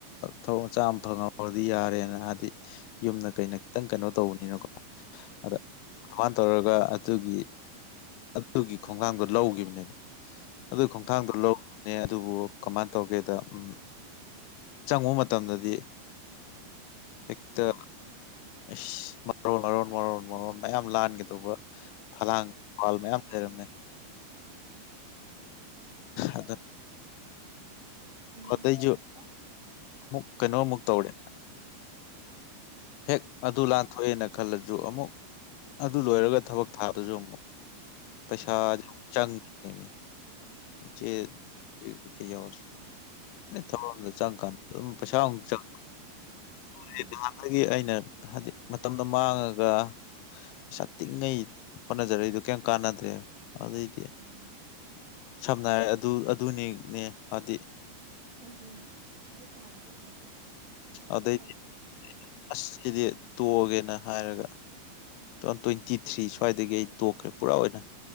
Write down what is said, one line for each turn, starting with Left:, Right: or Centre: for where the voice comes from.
Left: ꯊꯕꯛ ꯃꯆꯥ ꯑꯃ ꯐꯪꯍꯧ ꯇꯧꯔꯗꯤ ꯌꯥꯔꯦꯅ ꯍꯥꯏꯗꯤ ꯌꯨꯝꯅ ꯀꯩꯅ ꯈꯤꯇꯪ ꯀꯩꯅꯣ ꯇꯧꯕꯅꯤꯅꯀꯣ ꯑꯗ
Right: ꯎꯝ
Left: ꯁꯃꯥꯏꯅ ꯇꯧꯔꯒ ꯑꯗꯨꯒꯤ ꯑꯗꯨꯒꯤ ꯈꯣꯡꯊꯥꯡꯗꯣ ꯂꯧꯈꯤꯕꯅꯦꯕ ꯑꯗꯨ ꯈꯣꯡꯊꯥꯡꯗꯨꯣ
Right: ꯎꯝ
Left: ꯂꯧ ꯑꯗꯨꯕꯨ ꯀꯃꯥꯏꯅ ꯇꯧꯒꯦꯗ ꯎ ꯆꯪꯉꯨ ꯃꯇꯝꯗꯗꯤ ꯍꯦꯛꯇ
Right: ꯎꯝ
Left: ꯏꯁꯁ ꯃꯔꯣꯟ ꯃꯔꯣꯟ ꯃꯔꯣꯟ ꯃꯔꯣꯟ ꯃꯌꯥꯝ ꯂꯥꯟꯒꯗꯧꯕ ꯐꯂꯥꯡ ꯄꯜ ꯃꯌꯥꯝ ꯂꯩꯩꯔꯝꯃꯦ
Right: ꯎꯝ ꯃꯥꯅꯤ
Left: ꯑꯗꯨ
Right: ꯃꯥꯅꯤ ꯏꯃꯨꯡꯁꯦ
Left: ꯑꯇꯩꯁꯨ
Right: ꯈꯤꯇꯪ
Left: ꯑꯃꯨꯛ ꯀꯩꯅꯣꯃꯨꯛ ꯇꯧꯔꯦ ꯍꯦꯛ ꯑꯗꯨ ꯂꯥꯟꯊꯣꯛꯑꯦꯅ ꯈꯜꯂꯁꯨ ꯑꯃꯨꯛ ꯑꯗꯨ ꯂꯣꯏꯔꯒ ꯊꯕꯛ ꯊꯥꯕꯥꯁꯨ ꯑꯃꯨꯛ ꯄꯩꯁꯥ ꯁꯦ ꯑꯃꯨꯛ ꯆꯪꯉꯤꯅꯤꯅꯦ ꯆꯦ
Right: ꯎꯝ
Left: ꯑꯗꯨ ꯀꯩꯀꯩ ꯌꯥꯎꯔꯁꯨ
Right: ꯎꯝ
Left: ꯑ ꯊꯕꯛ ꯑꯃꯗ ꯆꯪꯉꯀꯥꯟꯗ ꯑꯗꯨꯝ ꯄꯩꯁꯥ ꯑꯃꯨꯛ ꯆꯪ
Right: ꯎꯝ
Left: ꯍꯥꯏꯗꯤ ꯅꯍꯥꯟꯗꯒꯤ ꯑꯩꯅ ꯍꯥꯏꯗꯤ ꯃꯇꯝꯗꯣ ꯃꯥꯡꯉꯒ ꯄꯩꯁꯥ ꯇꯤꯡꯉꯩ ꯍꯣꯠꯅꯖꯔꯛꯏꯗꯣ ꯀꯩꯝ ꯀꯥꯟꯅꯗ꯭ꯔꯦꯕ ꯑꯗꯨꯏꯗꯤ
Right: ꯎꯝ
Left: ꯁꯝꯅ ꯍꯥꯏꯔ ꯑꯗꯨ ꯑꯗꯨꯅꯤꯅꯦ ꯍꯥꯏꯗꯤ
Right: ꯑꯩꯁꯨꯅꯦ ꯑꯗꯨ ꯄꯥꯝꯗꯦꯅꯦ
Left: ꯑꯗꯩꯗꯤ
Right: ꯍꯥꯏꯗꯤ
Left: ꯑꯁ ꯁꯤꯗꯤ ꯇꯣꯛꯑꯒꯦꯅ ꯍꯥꯏꯔꯒ ꯇꯨ ꯊꯥꯎꯖꯟ ꯇ꯭ꯋꯦꯟꯇꯤ ꯊ꯭ꯔꯤ ꯁ꯭ꯋꯥꯏꯗꯒꯤ ꯑꯩ ꯇꯣꯛꯈ꯭ꯔꯦ ꯄꯨꯔꯥ ꯑꯣꯏꯅ